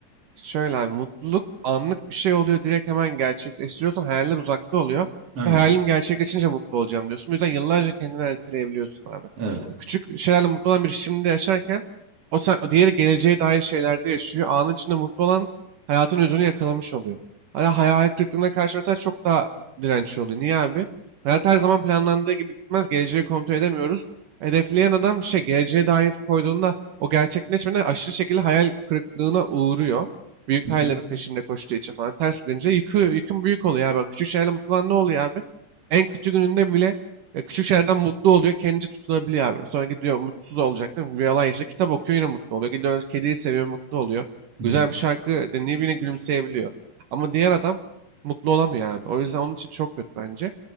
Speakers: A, on the right; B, on the right.
A: Şöyle abi, mutluluk anlık bir şey oluyor. Direkt hemen gerçekleştiriyorsun. Hayaller uzakta oluyor.
B: aynen
A: Ve hayalim gerçekleşince mutlu olacağım diyorsun. Bu yüzden yıllarca kendini erteleyebiliyorsun abi.
B: evet.
A: E, Küçük şeylerle mutlu olan biri şimdi yaşarken o, sen, o diğeri geleceğe dair şeylerde yaşıyor. Anın içinde mutlu olan hayatın özünü yakalamış oluyor. Hala hayal kırıklığına karşı mesela çok daha dirençli oluyor. Niye abi? Hayat her zaman planlandığı gibi gitmez. Geleceği kontrol edemiyoruz. Hedefleyen adam şey geleceğe dair koyduğunda o gerçekleşmeden aşırı şekilde hayal kırıklığına uğruyor. Büyük
B: Hı
A: hayallerin
B: hı,
A: peşinde koştuğu için falan ters gidince yükü, yükün büyük oluyor abi. Küçük şeylerle mutlu olan ne oluyor abi? En kötü gününde bile e, küçük şeylerden mutlu oluyor. Kendince tutunabiliyor abi. Sonra gidiyor mutsuz olacak değil mi? Bir yalan yaşında kitap okuyor yine mutlu oluyor. Gidiyor kediyi seviyor mutlu oluyor.
B: hı hı,
A: Güzel bir şarkı dinleyip yine gülümseyebiliyor. Ama diğer adam mutlu olamıyor abi. O yüzden onun için çok kötü bence.